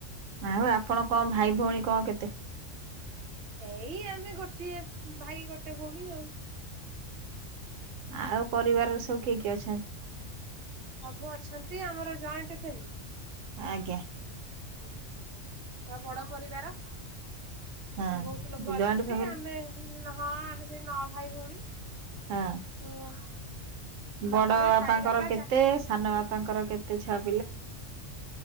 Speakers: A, on the right; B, on the right.
A: ଆଉ ଆପଣ କଣ ଭାଇ ଭଉଣୀ କଣ କେତେ?
B: ଏଇ ଆମେ ଗୋଟିଏ ଭାଇ ଗୋଟେ ଭଉଣୀ ଆଉ।
A: ଆଉ ପରିବାର ସବୁ କିଏ କିଏ ଅଛନ୍ତି?
B: ସବୁ ଅଛନ୍ତି ଆମର ଜଏଣ୍ଟ ଫ୍ୟାମିଲି।
A: ଆଜ୍ଞା।
B: ହୁଁ ତ ବଡ ପରିବାର।
A: ହଁ
B: ବହୁତ ଲୋକ
A: ଜଏଣ୍ଟ
B: ଅଛନ୍ତି
A: ଫ୍ୟାମିଲି
B: ଆମେ ହଁ ଆମେ ସେଇ ନଅ ଭାଇ ଭଉଣୀ।
A: ହଁ।
B: ହଁ ବାପା
A: ବଡ
B: ମା
A: ବାପାଙ୍କର
B: ଚାରି ବାପା
A: କେତେ ସାନ ବାପାଙ୍କର କେ ତ ଛା